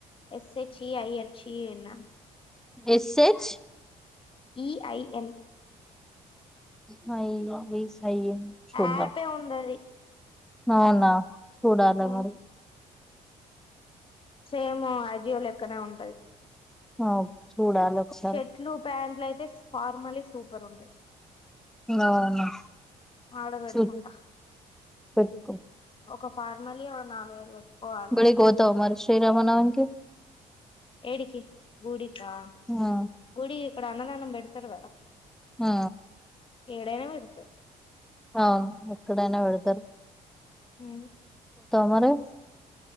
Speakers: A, on the left; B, in the centre.
A: ఎస్సెచ్ ఐఎన్ ఇనా
B: ఎస్ ఎచ్
A: ఈ ఐఎన్
B: స ఏ సై చోద్ద
A: యాపే ఉందది
B: అవునా చూడాలి
A: ఉమ్,
B: మరి
A: సేమ్ ఐజియలు ఎక్కడ ఉంటది
B: ఆ చూడాలి ఒకసారి
A: షర్ట్లు ప్యాంట్లు అయితే ఫార్మలీ సూపర్ ఉంటాయి
B: అవునా
A: ఆడ పెట్టుకుంటా
B: చూ పెట్టుకో
A: ఒక ఫార్మల్ నాలుగు వేలు పె పోవాలి
B: గుడికి పోతావా మరి శ్రీరామనవమికి
A: ఏడికి గుడికా
B: ఆ
A: గుడి ఇక్కడ అన్నదానం పెడతారు కదా
B: ఆ
A: ఏడైనా పెడుతు
B: అవును ఎక్కడైనా వెడతారు
A: హు
B: అరి